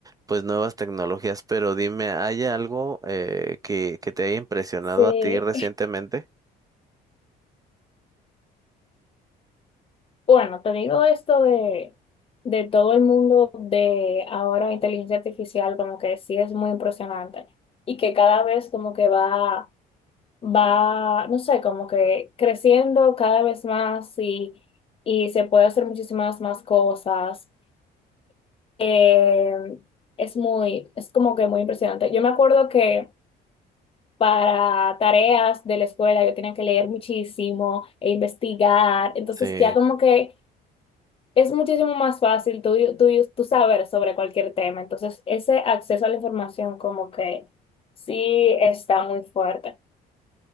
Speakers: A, on the right; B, on the left.
A: pues nuevas tecnologías, pero dime, ¿hay algo eh, que, que te haya impresionado
B: Sí.
A: a ti recientemente?
B: Bueno, te digo esto de, de todo el mundo de ahora inteligencia artificial, como que sí es muy impresionante y que cada vez como que va, va, no sé, como que creciendo cada vez más y, y se puede hacer muchísimas más cosas. Eh, es muy, es como que muy impresionante. Yo me acuerdo que para tareas de la escuela yo tenía que leer muchísimo e investigar, entonces
A: Sí,
B: ya como que... es muchísimo más fácil tú, tú, tú saber sobre cualquier tema. Entonces, ese acceso a la información como que sí está muy fuerte.